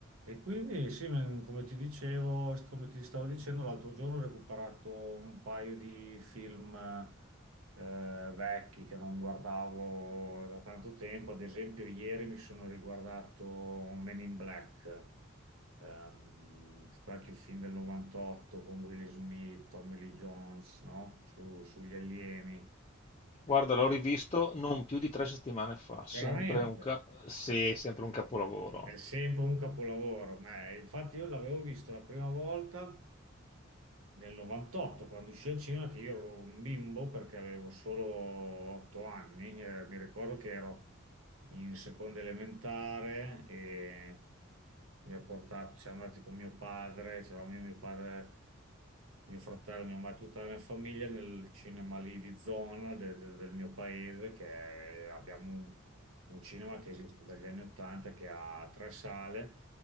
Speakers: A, on the right (about 85°); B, on the left (about 30°).
A: E quindi sì, me- come ti dicevo, come ti stavo dicendo, l'altro giorno ho recuperato un paio di film eh, vecchi che non guardavo da tanto tempo. Ad esempio, ieri mi sono riguardato Men in Black, ehm, qualche film del 98 con Will Smith, Tommy Lee Jones, no? Su- sugli alieni.
B: Guarda,
A: Eh,
B: l'ho rivisto non più di tre settimane fa, sempre
A: veramente,
B: un, ca- sì, è sempre un capolavoro.
A: è sempre un capolavoro. Ma, eh, infatti io l'avevo visto la prima volta. nel 98, quando uscì al cinema, che io ero un bimbo perché avevo solo 8 anni, eh, mi ricordo che ero in seconda elementare e mi ha portato, siamo andati con mio padre, c'eravamo io, mio padre, mio fratello, mia madre, tutta la mia famiglia nel cinema lì di zona de- de- del mio paese, che è- abbiamo un, un cinema che esiste dagli anni 80 che ha tre sale